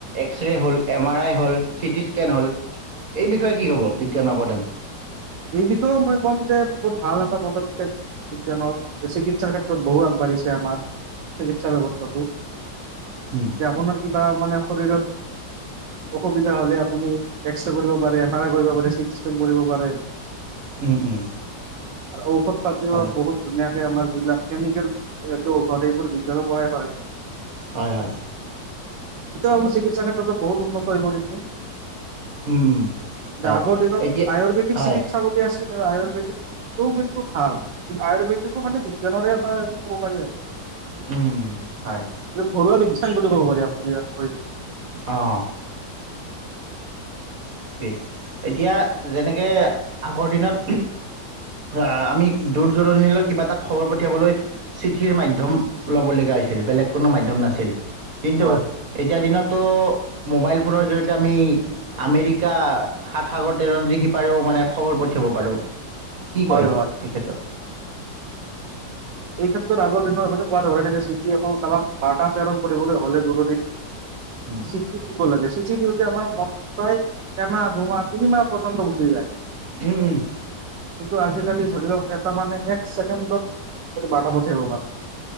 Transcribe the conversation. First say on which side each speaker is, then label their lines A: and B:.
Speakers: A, on the right; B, on the right.
A: এক্সৰে হ'ল, এম আৰ আই হ'ল, চিটি স্কেন হ'ল এই বিষয়ে কি হ'ব বিজ্ঞান অৱদান?
B: এই বিষয়েও মই ক'ম যে বহুত ভাল এটা পদক্ষেপ বিজ্ঞানৰ, চিকিৎসাৰ ক্ষেত্ৰত বহু আগবাঢ়ি ছে আমাক চিকিৎসা ব্যৱস্থাটো,
A: উম
B: তে আপোনাৰ কি বা মানে শৰীৰত অসুবিধা হ'লে আপুনি এক্সৰে কৰিব পাৰে, এম আৰ আই কৰিব পাৰে, চিটিস্কেন কৰিব পাৰে।
A: উম উম।
B: আৰু ঔষধ পাতিও
A: হয়।
B: বহুত ধুনীয়া। এই আমাৰ যিবিলাক কেমিকেল সেটো ঔষধ এইবোৰ বিজ্ঞান পৰাই হয়।
A: হয় হয়।
B: এইটো আৰু চিকিৎসা ক্ষেত্ৰতো বহুত উন্নত হৈ পৰিছে।
A: উম উম হয়
B: আগৰ দিনত
A: এতিয়া
B: আয়ুৰ্বেদিক
A: হয়
B: চিকিৎ চাবলৈ আছে যে আয়ুৰ্বেদিকটো ও কিন্তু ভাল, আয়ুৰ্বেদিকো মানে বিজ্ঞানৰে এটা ক'ব পাৰি আৰু,
A: উম উম হয়
B: এইটো ঘৰুৱা বিজ্ঞান বুলি ক'ব পাৰি, আপুনি যাক কয়।
A: অহ। ঠিকেই এতিয়া যেনেকে আগৰ দিনত আহ, আমি দূৰ-দূৰণিলৈ কিবা এটা খবৰ পঠিয়াবলৈ চিঠিৰ মাধ্যম ল'ব লগীয়া আ ছিল, বেলেগ কোনো মাধ্যম নাছিল। কিন্তু,
B: হয়,
A: এতিয়া দিনতো মোবাইল ফোনৰ জৰিয়তে আমি আমেৰিক কা সাত সাগৰ তেৰ নদীৰ সিপাৰেও মানে খবৰ পঠিয়াব পাৰো। কি
B: হয়,
A: কয় এই
B: হয়।
A: ক্ষেত্ৰত?
B: এই ক্ষেত্ৰত আগৰ দিনৰ কোৱা ধৰেণে যে চিঠি এখন কাবাক বাৰ্তা প্ৰেৰণ কৰিবলৈ হ'লে জৰুৰী
A: উম
B: চিঠি দিব লাগে চি চিঠি দিওঁতে আমাৰ কম প্ৰায় এমাহ দুমাহ তিনিমাহ পৰ্যন্ত গুচি যায়।
A: উম উম।
B: কিন্তু আজিকালি ধৰি লওক এটা মানে এক ছেকেণ্ডত বাৰ্তা পঠিয়াব পাৰে।